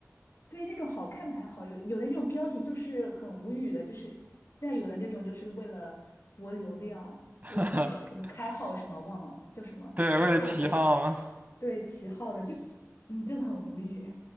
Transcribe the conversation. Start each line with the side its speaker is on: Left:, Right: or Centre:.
Left: 对，那种好看的还好，有有的那种标题就是很无语的，就是现在有的那种就是为了博流量，
Right: <laughs>
Left: 为什么什么开号什么忘了叫什么起号，
Right: 对，为了起号
Left: 对对起号的，就是嗯真的很无语。